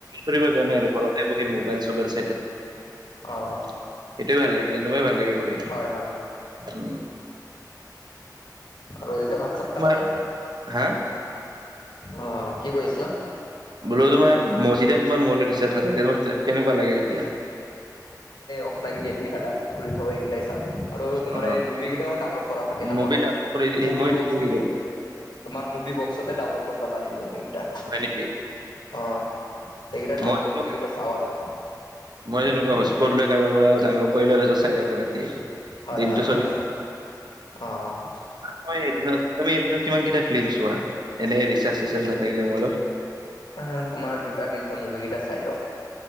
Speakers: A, on the right; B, on the left.
A: কৰিব জানে আৰু ঘৰতে বহি মোবাইল চোবাইল চাই থাকো।
B: অ
A: এইটোৱে ভাল লাগে তেনেকুৱাই ভাল লাগে কৰি।
B: হয় হয়।
A: উম
B: আৰু এতিয়া ভাত চাত
A: তোমাৰ
B: খালে নে?
A: হা
B: অ' কি কৰিছিলা?
A: বোলো তোমাৰ ম চিদেপ তোমাৰ মোবাইলটোত ৰিচাৰ্জ নাথাকে তোমাক কেনেকুৱা লাগে তেতিয়া?
B: অফলাইন গেম কেইটা ডাউনলোড কৰি থও এইকেইটাই চাওঁ। আৰু তোমাৰ
A: অ
B: এই মুভি কেইটাও ডাউনলোড কৰা থাকে ন'
A: মুভি
B: মই,
A: ডাউনলোড কৰি এই
B: মুভি
A: মই
B: বক্স
A: উম
B: তোমাৰ মুভি বক্সতে ডাউনলোড কৰিব পাৰি মুভিকেইটা।
A: হয় নেকি
B: অ' এইকেইটা
A: মই
B: ডাউনলোড
A: তেনেকুৱা-
B: মুভি কেইটা চাওঁ আৰু।
A: মই তেনেকুৱা হস্পট লৈ কাৰোবাৰ পৰা জানো কৰি লওঁ তাছত চাই থাকো ৰাতি।
B: হয়
A: দিনটো
B: হয় হয়, অ', অ'।
A: ত' এদিনত তুমি এদিনত কিমান কেইটা ফিল্ম চোৱা? এনেই ৰিচাৰ্জ চিচাৰ্জ নাথাকিলে মোবাইলত।
B: অহ তোমাৰ দুটা তিনিটা মুভি কেইটা চাই লওঁ।